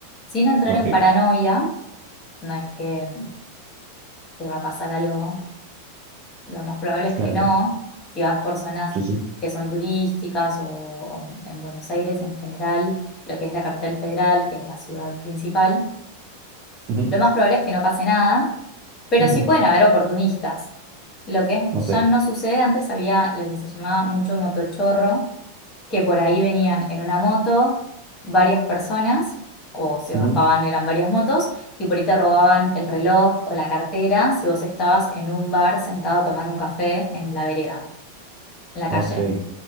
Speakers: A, on the left (about 30°); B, on the right (about 35°).
A: Sin entrar
B: Ok,
A: en paranoia, no es que mm, te va a pasar algo, lo más probable es
B: claro,
A: que no. Si vas por zonas
B: sí, sí.
A: que son turísticas o, o en Buenos Aires en general, lo que es la capital federal, que es la ciudad principal,
B: Ujú.
A: lo más probable es que no pase nada, pero
B: Mm.
A: sí pueden haber oportunistas. Lo que es-
B: Ok,
A: ya no sucede, antes había lo que se llamaba mucho motochorro que por ahí venían en una moto varias personas, o se
B: ujú,
A: bajaban, eran varias motos, y por ahí te robaban el reloj o la cartera si vos estabas en un bar sentado tomando un café en la vereda, en la calle.
B: ok,